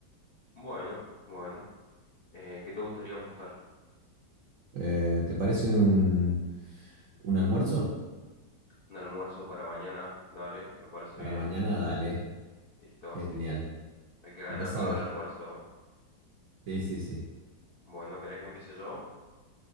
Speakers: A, on the left; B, on the right.
A: Bueno, bueno. Eh, ¿qué te gustaría apostar?
B: Eh, ¿te parece un, un almuerzo?
A: Un almuerzo para mañana, dale, me parece
B: Para
A: bien.
B: mañana, dale.
A: Listo.
B: Genial.
A: El que gana
B: Empezá
A: paga
B: vos.
A: el almuerzo,
B: Sí, sí, sí.
A: Bueno, ¿querés que empiece yo?